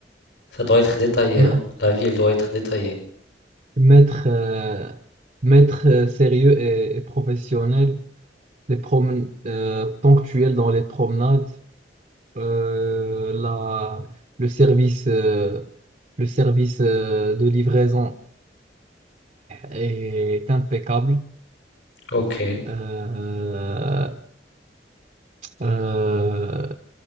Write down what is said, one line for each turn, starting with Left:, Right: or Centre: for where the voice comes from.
Left: Ça doit être détaillé,
Right: me-
Left: hein. La vie, elle doit être détaillée.
Right: mettre euh, maître euh, sérieux et, et professionnel, les promen euh, ponctuels dans les promenades, euh, la, le service, euh, le service euh, de livraison est impeccable
Left: Ok. Elle
Right: Euh, euh,